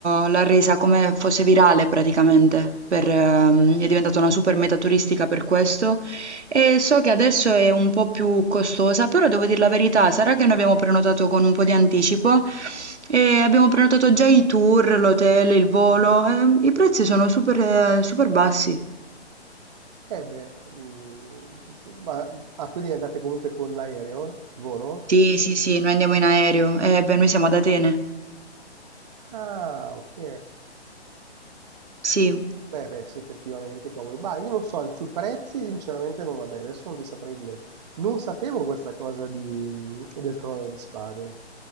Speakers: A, on the right (about 80°); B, on the right (about 40°).
A: l'ha resa come fosse virale praticamente. per, ehm, è diventata una super meta turistica per questo. E so che adesso è un po' più costosa, però devo dire la verità, sarà che noi abbiamo prenotato con un po' di anticipo e abbiamo prenotato già i tour, l'hotel, il volo, e i prezzi sono super, eh, super bassi.
B: Eh beh, mm, sì, ma- ah, quindi andate comunque con l'aereo, il volo?
A: Sì, sì, sì, noi andiamo in aereo, e beh, noi siamo ad Atene.
B: Ah, ok.
A: Sì.
B: Beh, beh, sì, effettivamente è comodo. Bah, io non so, sui prezzi sinceramente non vabbè, adesso non ti saprei dire. Non sapevo questa cosa di, del Trono di Spade.